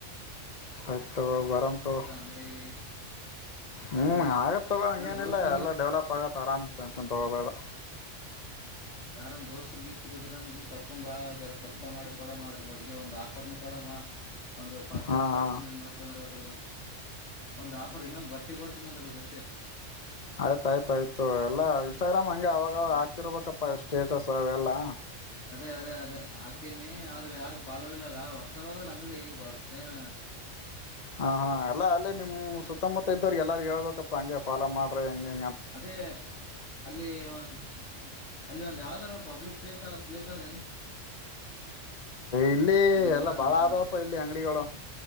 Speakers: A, on the left; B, on the left.
A: ಆಯತ್ ಗೊ ಬರಂತಗೊ
B: ಅಂಗಡಿಗೆ
A: ಹ್ಮ್
B: ಬರ್ತಿ
A: ಆಗತ್ ತಗೊ ಹಂಗೇನಿಲ್ಲ
B: ಜರ ದೋಸ್ತ್ರಿಗೆ
A: ಎಲ್ಲ ಡೆವಲಪ್ ಆಗತ್ ಆರಾಮ ಅಂತ ಟೆನ್ಶನ್ ತಗೋಬೇಡ
B: ಯಾರಂದ ದೋಸರು ಗಿಸ್ತರು ಇದ್ರ ಅಂದ ಕರ್ಕೊಂಬ ಜರ ಸಸ್ತ ಮಾಡಿ ಕೊಡಮ್ಮ ಅದ್ರ ಬಗ್ಗೆ ಒಂದ್ ಆಫರ್ನು ಕೊಡಮ್ಮ ಒಂದು ಪರ್ಫ್ಯೂಮ್
A: ಹಾ ಹಾ
B: ಕೊಡ್ತೀನ ಮತ್ತಂದ್ರೆ ಅದ್ರ ಬಗ್ ಒಂದ್ ಆಫರ್ ಇನ್ನೊಂದು ಬಟ್ಟೆ ಕೊಡ್ತೀನದ್ರ ಜೊತೆ
A: ಆಯ್ತಾಆಯ್ತಾ ಅಯ್ತು ಎಲ್ಲ ಇಸ್ಟಾಗ್ರಾಮ್ ಹಂಗೆ ಅವಾಗಾವಾಗ
B: ಆ
A: ಆಗ್ತಿರ್ಬೇಕಪ್ ಅ ಸ್ಟೇಟಸ್ ಅವೆಲ್ಲಾ
B: ಅದೇ ಅದೇ ಅದೇ ಹಾಕ್ತೀನಿ ಆದ್ರ ಯಾರ ಪಾಲು ಇಲ್ಲಲ್ಲ ಹೊಸದ ಅದಲ್ಲ ಅಂಗಡಿತ್ತೇ <unintelligible>
A: ಹಾ ಹಾ ಎಲ್ಲ ಅಲ್ಲಿ ನಿಮ್ ಸುತ್ತಮುತ್ತ ಇದ್ದವ್ರಿ ಗೆಲ್ ಎಲ್ಲಾರ ಹೇಳ್ಬೇಕಪ್ಪ ಹಂಗೆ ಫಾಲೋ ಮಾಡ್ರಿ ಹಂಗೆ
B: ಅದೇ ಅಲ್ಲಿ ಒಂದ್ ಅಲ್ಲಿ ಒಂದ ಯಾವ್ದಾರ್ ಪಬ್ಲಿಕ್ ಪ್ಲೇಸ್ ಪ್ಲೇಸ್ ಅದ
A: ಇಲ್ಲಿ
B: ನೀವ್
A: ಎಲ್ಲಾ
B: ಹೋದಲ್ಲಿ
A: ಬಾಳ
B: ಕಾಲೇಜ್
A: ಆದವಪ್ಪ ಇಲ್ಲಿ ಅಂಗಡಿಗಳು